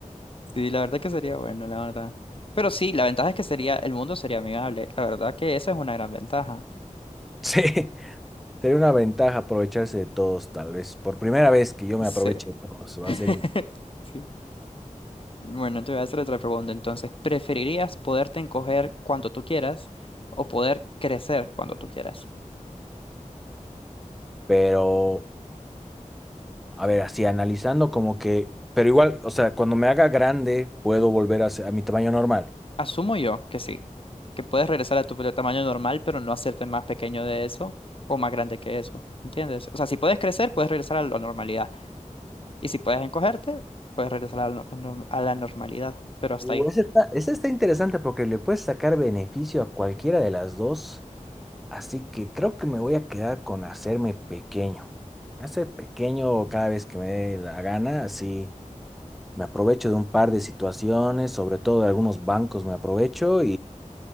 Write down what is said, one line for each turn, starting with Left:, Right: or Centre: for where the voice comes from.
Left: Sí, la verdad que sería bueno, la verdad. Pero sí, la ventaja es que sería, el mundo sería amigable. La verdad que esa es una gran ventaja.
Centre: Sí. Sería una ventaja aprovecharse de todos, tal vez. Por primera vez que yo me
Left: Sí.
Centre: aproveche de todos, va
Left: <laughs>
Centre: a ser. in-
Left: Sí. Bueno, te voy a hacer otra pregunta entonces. ¿Preferirías poderte encoger cuando tú quieras o poder crecer cuando tú quieras?
Centre: Pero, a ver, así analizando, como que. Pero igual, o sea, cuando me haga grande, puedo volver a, ser- a mi tamaño normal.
Left: Asumo yo que sí, que puedes regresar a tu pe- tamaño normal, pero no hacerte más pequeño de eso o más grande que eso, ¿entiendes? O sea, si puedes crecer, puedes regresar a la normalidad. Y si puedes encogerte, puedes regresar a la, nor- a la normalidad, pero hasta
Centre: Uh,
Left: ahí.
Centre: esa está, esa está interesante porque le puedes sacar beneficio a cualquiera de las dos. Así que creo que me voy a quedar con hacerme pequeño. Hacer pequeño cada vez que me dé la gana, así. Me aprovecho de un par de situaciones, sobre todo de algunos bancos me aprovecho